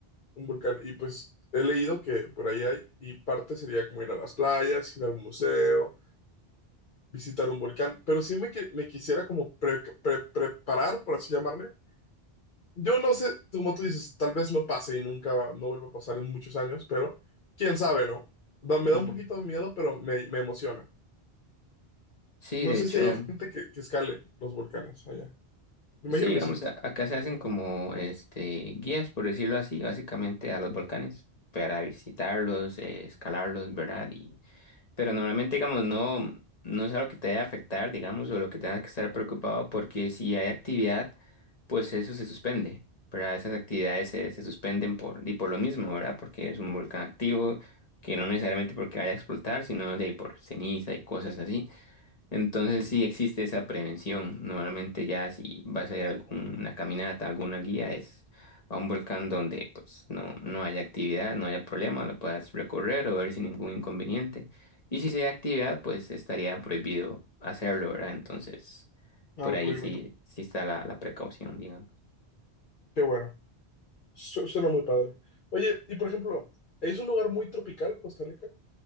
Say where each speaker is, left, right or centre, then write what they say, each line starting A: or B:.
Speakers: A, on the left (about 50°); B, on the left (about 35°).
A: un volcán. Y pues he leído que por ahí hay, y parte sería como ir a las playas, ir al museo visitar un volcán, pero sí me, qui- me quisiera como pre- pre- preparar, por así llamarle. Yo no sé, como tú dices, tal vez no pase y nunca, no vuelva a pasar en muchos años, pero quién sabe, ¿no? Da- me
B: Ujú.
A: da un poquito de miedo, pero me, me emociona.
B: Sí,
A: No
B: de
A: sé
B: hecho.
A: si hay gente que, que escale los volcanes allá. Me
B: Sí,
A: imagino
B: digamos,
A: que sí.
B: a- acá se hacen como este guías, por decirlo así, básicamente a los volcanes para visitarlos, eh, escalarlos, ¿verdad? Y, pero normalmente, digamos, no, no es algo que te vaya a afectar, digamos, o lo que tengas que estar preocupado, porque si hay actividad, pues eso se suspende, ¿verdad? Esas actividades se, se suspenden por, y por lo mismo, ¿verdad? Porque es un volcán activo, que no necesariamente porque vaya a explotar, sino de ahí por ceniza y cosas así. Entonces sí existe esa prevención. Normalmente ya si vas a ir a alguna caminata, alguna guía, es a un volcán donde pues no, no haya actividad, no haya problema, lo puedas recorrer o ver sin ningún inconveniente. Y si sí hay actividad, pues estaría prohibido hacerlo, ¿verdad? Entonces,
A: No
B: por
A: lo
B: ahí
A: prohíben.
B: sí, sí está la, la precaución, digamos.
A: Qué bueno. Su- suena muy padre. Oye, y por ejemplo, ¿es un lugar muy tropical, Costa Rica?